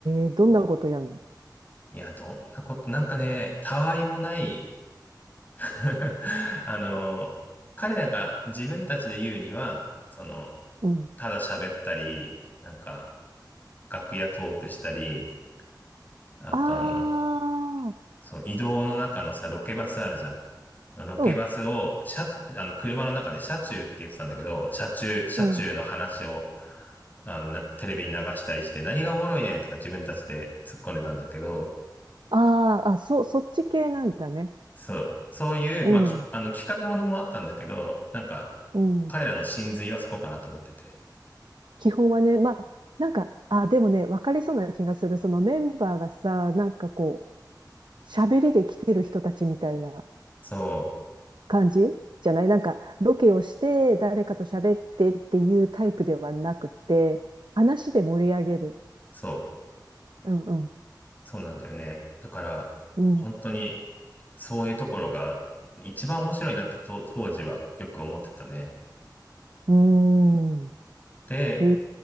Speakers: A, on the right; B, on the left.
A: え、どんなことやんの
B: そういや、どんなこと、なんかね、たわいもない <laughs> あの、彼らが自分たちで言うには、その、
A: うん。
B: ただ喋ったり、なんか、楽屋トークしたり、あとあの、
A: ああ、
B: そう、移動の中のさ、ロケバスあるじゃん。ロケバスを、
A: うん。
B: 車中、あの、車の中で車中って言ってたんだけど、車中、車中の話を、
A: うん。
B: あの、なテレビに流したりして、何がおもろいねんとか自分たちで突っ込んでたんだけど、
A: ああ、あ、そ、そっち系なんだね。
B: そう、そういう、
A: うん。
B: まあ、き、あの、企画ものもあったんだけど、なんか、
A: うん。
B: 彼らの真髄はそこかなと思ってて。
A: 基本はね、まあ、なんか、あ、でもね、わかりそうな気がする。そのメンバーがさ、なんかこう、喋りで来てる人たちみたいな
B: そう、
A: 感じじゃないなんか、ロケをして誰かと喋ってっていうタイプではなくて、話で盛り上げる。
B: そう、
A: うんうん。
B: そうなんだよね。だから、
A: う
B: 本当に、そういうところが、一番面白いなってと当時はよく思ってたね。
A: ん。うーん。
B: で、
A: ええ